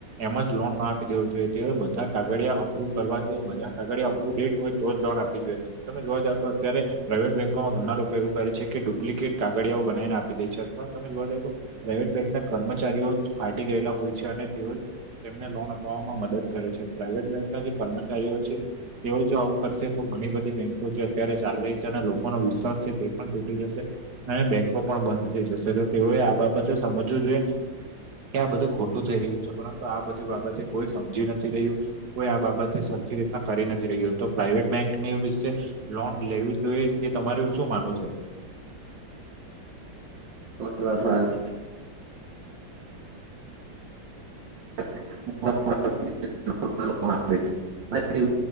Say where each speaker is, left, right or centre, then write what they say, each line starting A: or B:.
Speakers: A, on the right; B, on the right.
A: એમજ લોન ના આપી દેવો જોઈએ તે બધા કાગળિયા અપ્રુવ કરવા જોઈએ બધા કાગળિયા અપેટ હોય તો જ લોન આપવી જોઈએ તમે જોવા જાવ તો અત્યારે પ્રાાઈવેટ બેન્કોમાં ઘણા લોકો એવું કરે છે કે ડુપ્લિકેટ કાગળિયાઓ બનાવીને આપી દેય છે એ તમે જોવા જાવ તો પ્રાઇવેટ બેંક ના કર્મચારીઓ જ ફાટી ગયેલા હોય છે અને તેઓ જ તેમને લોન અપવામાં મદદ કરે છે પ્રાાઈવેટ બેંકના જે કર્મચારીઓ છે તેઓ જો આવું કરશે તો ઘણી બધી બેન્કો અત્યારે ચાલી રહી છે અને લોકોનો વિશ્વાસ છે તે પણ તૂટી જશે અને બેંકો પણ બંધ થઈ જશે તો તેઓએ આ બાબતે સમજવું જોઈએ ત્યાં બધું ખોટું થઈ રહ્યું છે પરંતુ આ બધી બાબતે કોઈ સમજી નથી રહ્યું કોઈ આ બાબતે સરખી રીતના કરી નથી રહ્યું તો પ્રાાઈવેટ બેંકની વિશે લોન લેવી જોઈએ તે તમારુ શું માનવું છે
B: બ વાત વાત <inaudible>